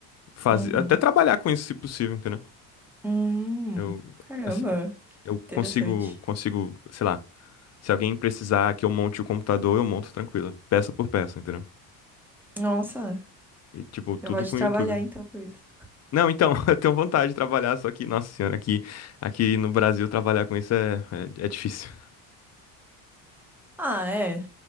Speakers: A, on the left; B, in the centre.
A: fazer,
B: Uhum.
A: até trabalhar com isso se possível, entendeu?
B: Hum,
A: Eu,
B: caramba,
A: assim,
B: que
A: eu
B: interessante.
A: consigo, consigo, sei lá, se alguém precisar que eu monte o computador, eu monto tranquilo, peça por peça, entendeu?
B: Nossa,
A: E tipo, tudo
B: já pode
A: com o
B: trabalhar
A: YouTube.
B: então com isso.
A: Não, então, <laughs> eu tenho vontade de trabalhar, só que, nossa senhora, aqui, aqui no Brasil trabalhar com isso é, é, é difícil.
B: Ah, é,